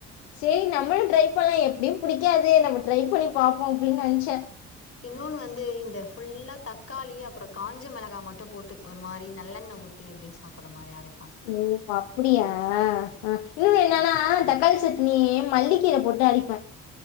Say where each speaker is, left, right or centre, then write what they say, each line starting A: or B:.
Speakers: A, on the left; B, on the left.
A: செரி நம்மளு ட்ரை பண்லா எப்டியு புடிக்காது நம்ம ட்ரை பண்ணி பாப்போ அப்டினு நென்ச்ச
B: இன்னொன்னு வந்து இந்த ஃபுல்லா தக்காளி அப்றோ காஞ்ச மெளகா மட்டு போட்டு ஒரு மாரி நல்லெண்ண ஊத் தி அப்டி சாப்பற மாரி ‌அரை
A: ம் அப்டியா ஆ
B: ம்
A: இன்னு என்னனா தக்காளி சட் நீ மல்லிக்கீர போட்டு அவிப்போ